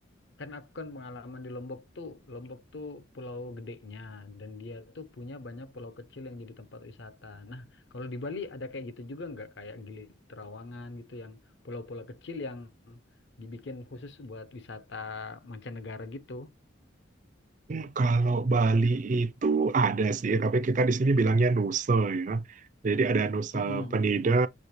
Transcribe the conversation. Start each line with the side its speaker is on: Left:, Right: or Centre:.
Left: Kan aku kan pengalaman di Lombok tuh, Lombok tuh pulau gedenya dan dia tuh punya banyak pulau kecil yang jadi tempat wisata. Nah, kalau di Bali ada kayak gitu juga nggak? Kayak Gili Trawangan gitu yang pulau-pulau kecil yang dibikin khusus buat wisata mancanegara gitu.
Right: Hmm, Kalau Bali itu ada sih, tapi kita di sini bilangnya Nusa ya. Jadi ada Nusa
Left: Mm-mm.
Right: Penida,